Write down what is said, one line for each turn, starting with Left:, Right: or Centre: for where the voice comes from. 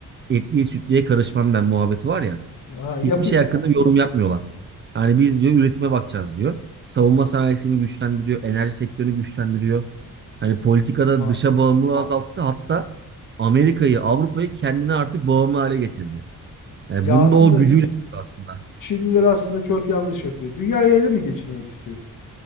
Right: Etliye sütlüye karışmam ben muhabbeti var ya.
Left: Aa, yapı
Right: Hiçbir şey hakkında yorum yapmıyorlar. Hani biz diyor üretime bakacağız diyor. Savunma sanayisini güçlendiriyor, enerji sektörünü güçlendiriyor. Hani politikada
Left: Aa,
Right: dışa bağımlılığı azalttı. Hatta Amerika'yı, Avrupa'yı kendine artık bağımlı hale getirdi. Yani
Left: ya
Right: bunu
Left: aslında
Right: da o gücüyle yaptı aslında.
Left: Çinliler aslında çok yanlış yapıyor. Dünyayı ele mi geçirmek istiyorsun?